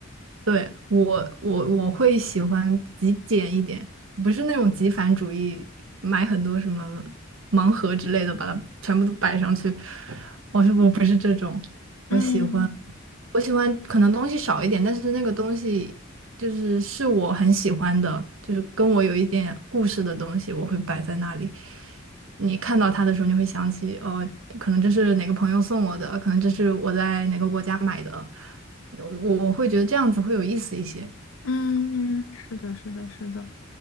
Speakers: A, on the right; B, on the left.
A: 对，我我我会喜欢极简一点，不是那种极繁主义，买很多什么盲盒之类的，把它全部都摆上去。我是我不是这种，我喜欢
B: 嗯
A: 我喜欢可能东西少一点，但是那个东西就是是我很喜欢的，就是跟我有一点故事的东西，我会摆在那里。你看到它的时候，你会想起，哦，可能这是哪个朋友送我的，可能这是我在哪个国家买的。我我会觉得这样子会有意思一些。
B: 嗯，是的，是的，是的。